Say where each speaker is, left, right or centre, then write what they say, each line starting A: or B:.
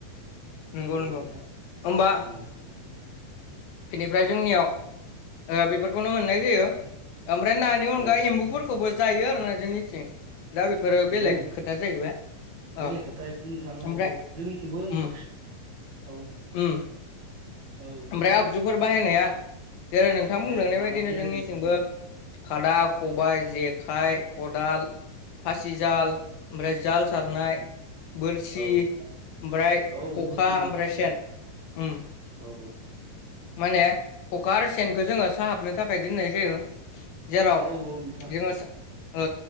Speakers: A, on the left; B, on the right.
A: नंगौ नंगौ
B: नोंथां
A: होमबा
B: उम
A: बेनिफ्राय जोंनियाव ओ बेफोरखौनो मोननाय जायो ओमफ्राय नानि अनगा
B: औ नोंथां
A: एम्बुफोरखौबो जायो आरो ना जोंनिथिं दा बे फोरो
B: नंगौ
A: बेलेग खोथा जाहैबाय
B: बेलेग
A: औ
B: खोथा इफोर नोंथां औ
A: ओमफ्राय
B: औ जोंनिथिंबो नोंथां
A: उम
B: औ
A: उम
B: औ नोंथां
A: ओमफ्राय आगजुफोर बाहायनाया जेरै नोंथां बुंलांनाय
B: देलाय मा
A: बायदिनो
B: मा बुजायनो
A: जोंनिथिंबो
B: थिनदों
A: खादा खबाय जेखाइ खदाल फासिजाल ओमफ्राय जाल सारनाय
B: औ नोंथां
A: बोरसि
B: औ नोंथां
A: ओमफ्राय
B: औ
A: खखा
B: गुस्थिबो
A: ओमफ्राय
B: नोंथां
A: सेन उम
B: औ
A: माने खखा आरो सेनखौ जोङो साहाबनो थाखाय दोननाय जायो जेराव
B: औ नोंथां
A: जोङो ओ